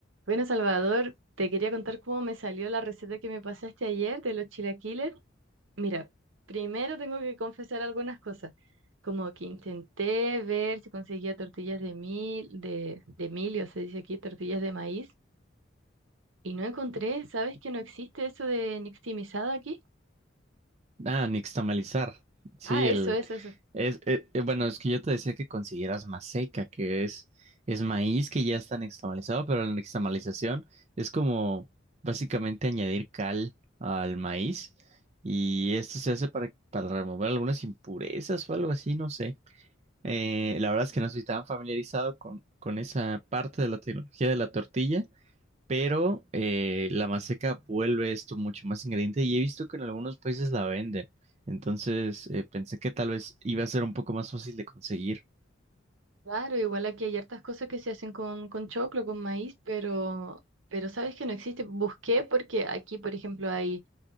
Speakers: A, on the right; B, on the right.
A: Bueno, Salvador, te quería contar cómo me salió la receta que me pasaste ayer de los chilaquiles. Mira, primero tengo que confesar algunas cosas, como que intenté ver si conseguía tortillas de mil, de, de milio, se dice aquí, tortillas de maíz, y no encontré, ¿sabes que no existe eso de nixtamalizado aquí?
B: Ah, nixtamalizar. Sí,
A: Ah, eso,
B: el
A: eso, eso.
B: es eh, eh, bueno, es que yo te decía que consiguieras maseca, que es es maíz que ya está nixtamalizado, pero la nixtamalización es como básicamente añadir cal al maíz y esto se hace para para remover algunas impurezas o algo así, no sé. Eh, la verdad es que no estoy tan familiarizado con con esa parte de la tecnología de la tortilla, pero eh, la maseca vuelve esto mucho más ingrediente y he visto que en algunos países la venden. Entonces eh, pensé que tal vez iba a ser un poco más fácil de conseguir.
A: Claro, igual aquí hay hartas cosas que se hacen con, con choclo, con maíz, pero, pero sabes que no existe. Busqué porque aquí, por ejemplo, hay